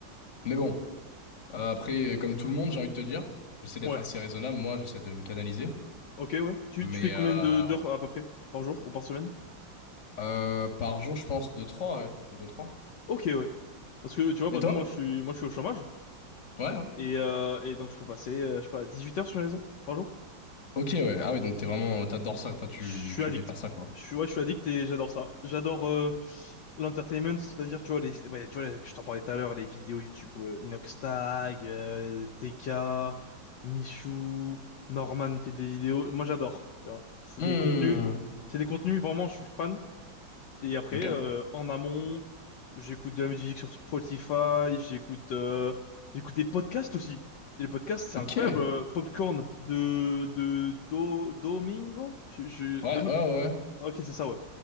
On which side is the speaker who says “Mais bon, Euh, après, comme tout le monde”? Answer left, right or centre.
Left